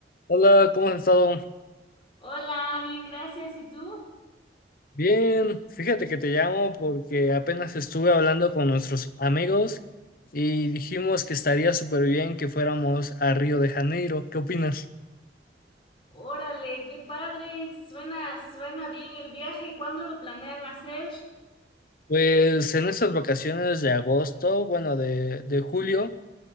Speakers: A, on the left; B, on the left.
A: Hola, ¿cómo has estado?
B: Hola, bien, gracias. ¿Y tú?
A: Bien, fíjate que te llamo porque apenas estuve hablando con nuestros amigos y dijimos que estaría súper bien que fuéramos a Río de Janeiro. ¿Qué opinas?
B: Órale, qué padre. Suena, suena bien el viaje. ¿Cuándo lo planean hacer?
A: Pues en estas vacaciones de agosto, bueno, de, de julio,